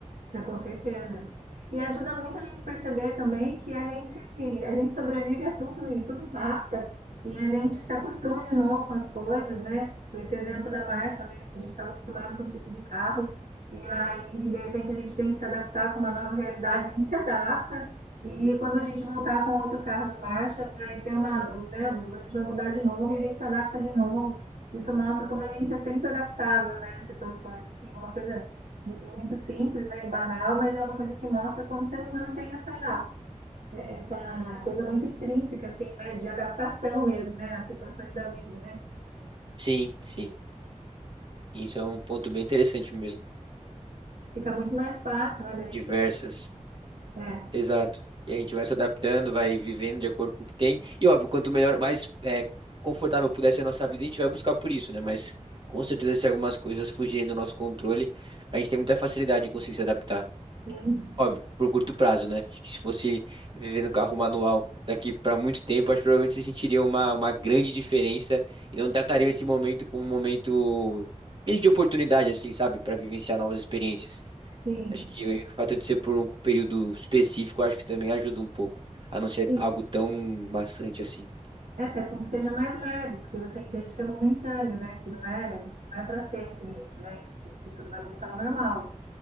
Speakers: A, on the right; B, on the right.
A: É, com certeza. E ajuda muito a gente perceber também que a gente, a gente sobrevive a tudo e tudo passa. E a gente se acostuma de novo com as coisas, né? Esse exemplo da marcha mesmo, a gente estava acostumado com o tipo de carro, e aí, de repente, a gente tem que se adaptar com uma nova realidade, a gente se adapta, e quando a gente voltar com outro carro de marcha, vai ter uma, né? A gente vai mudar de novo e a gente se adapta de novo. Isso mostra como a gente é sempre adaptável, né, às situações, assim, é uma coisa muito simples, né, banal, mas é uma coisa que mostra como o ser humano tem essa, essa coisa muito intrínseca, assim, né, de adaptação mesmo, né, às situações da vida, né?
B: Sim, sim. Isso é um ponto bem interessante mesmo.
A: Fica muito mais fácil, né, da gente...
B: Diversas.
A: É,
B: Exato. E a gente vai se adaptando, vai vivendo de acordo com o que tem. E óbvio, quanto melhor, mais é, confortável puder ser a nossa vida, a gente vai buscar por isso, né? Mas com certeza, se algumas coisas fugirem do nosso controle, a gente tem muita facilidade de conseguir se adaptar.
A: sim,
B: Óbvio, por curto prazo, né? Acho que se fosse viver no carro manual daqui para muito tempo, acho que provavelmente você sentiria uma, uma grande diferença e não trataria esse momento como um momento meio de oportunidade, assim, sabe? Para vivenciar novas experiências.
A: sim,
B: Acho que o fato de ser por um período específico, acho que também ajuda um pouco, a não ser
A: sim.
B: algo tão maçante assim.
A: É, faz com que seja mais leve, porque você entende que é momentâneo, né, que não é, não é para sempre isso, né, que, que tudo vai voltar ao normal.